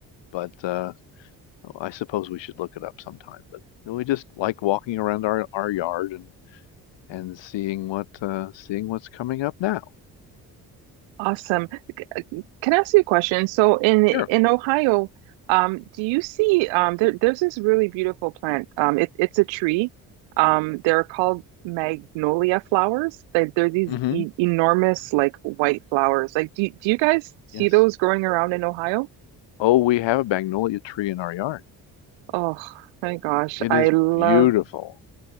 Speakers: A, on the left (about 70°); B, on the right (about 80°).
A: but uh, I suppose we should look it up sometime. But we just like walking around our, our yard and and seeing what uh, seeing what's coming up now.
B: Awesome. C- uh, Can I ask you a question? So in in
A: Sure.
B: Ohio, um, do you see um, there, there's this really beautiful plant. Um, it, it's a tree. Um, they're called magnolia flowers. They, they're these
A: Mm-hmm.
B: e enormous like white flowers. Like, do, do you guys see
A: Yes.
B: those growing around in Ohio?
A: Oh, we have a magnolia tree in our yard.
B: Oh my gosh,
A: It
B: I
A: is
B: love
A: beautiful.